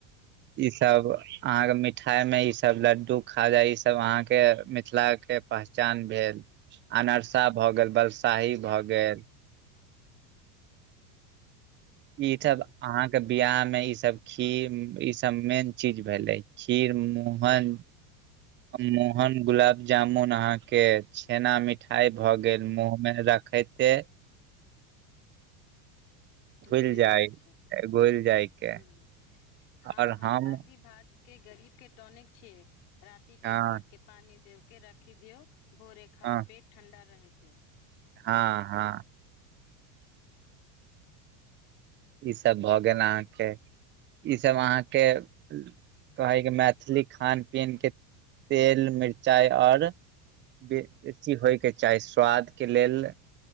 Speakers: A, on the right; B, on the left.
A: ई सब अहाँके मिठाइमे ईसभ लड्डू खाजा ईसभ अहाँके मिथिलाके पहचान भेल अनरसा भए गेल बलसाही भए गेल ई
B: ह्म्म
A: सभ अहाँके बियाह मे इसभ खीर ई सब मेन चीज भेलै खीर मोहन मोहन गुलाब जामुन अहा के छेना मिठाई भ गेल मुँहमे र खायते घुलि
B: घुल
A: जाय
B: जाइ छै
A: घुलि जायके
B: ह
A: आओर
B: हँ हँ
A: हम
B: बासी भात के गरीब के टोनिक छियै राति
A: हँ
B: के भात के पानि दे के राखि दियऔ भोरे खा
A: हँ
B: पेट ठण्डा रहेते
A: हँ हँ ई सब भऽ गेल अहाँके ई सब अहाँके कहैके मैथिली खान पीन के तेल मिरचाइ आओर बे बेसी होयके चाही स्वाद के लेल